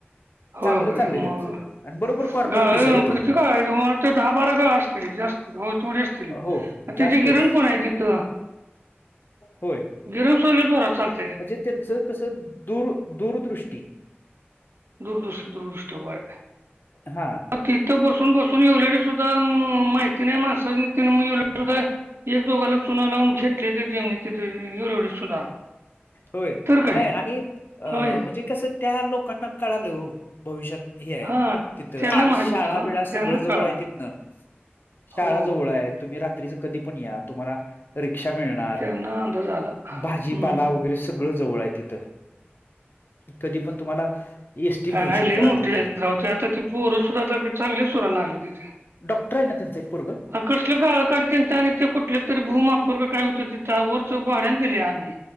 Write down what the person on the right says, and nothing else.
होय
होय
मग
ग
किती काय आहे तुम्हाला दहा बारा काळा असतील जास्त हो तेथवढ असतील
त्याची
किरण पण आहे तिथं
गिरीश सलीच जोरात चालतयऽ
दुरदृष्ट, दुर्दृष्ट व्हय.
तिथं बसून, बसून एवलेडी सुद्धा माहिती नाही, मानसासनि तीन मधील एक दोगा सनी चुना लावून घेटलीती जमणी नि एवढ, एवढ सुद्धा.
तर काय
होय
हा
त्यांना
माहित
होतं हा
त्यांना
कळालं
हो हो
त्यांना अंदाज आला हम्म,
का नाही
लई
मोठी झाली राव ते आता ती पोर सुद्धा चांगली सुरायला लागली तिथं.
कसलं गाळ काढत, आणि ते कुठलं तरी भूमापूर्व काय होतं तिथ वरच भाड्या दिल्या आणि.